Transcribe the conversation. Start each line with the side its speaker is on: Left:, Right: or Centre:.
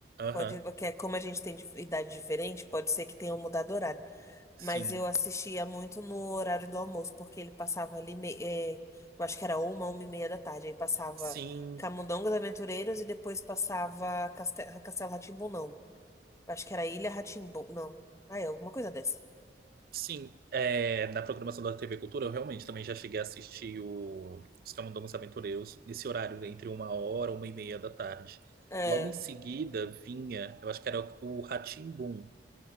Right: Aham,
Left: Pode, porque é como a gente tem dif- idade diferente, pode ser que tenha mudado o horário.
Right: sim.
Left: Mas eu assistia muito no horário do almoço, porque ele passava ali, me- eh, eu acho que era uma, uma e meia da tarde. Aí passava
Right: Sim,
Left: Camundongos Aventureiros e depois passava Castel, Castelo rá tim não. Eu acho que era Ilha rá tim não. Ah, é, alguma coisa dessa.
Right: Sim, é, na programação da TV Cultura eu realmente também já cheguei a assistir o, os Camundongos Aventureiros nesse horário, né, entre uma hora, uma e meia da tarde.
Left: É,
Right: Logo em seguida vinha, eu acho que era o Rá-Tim-Bum,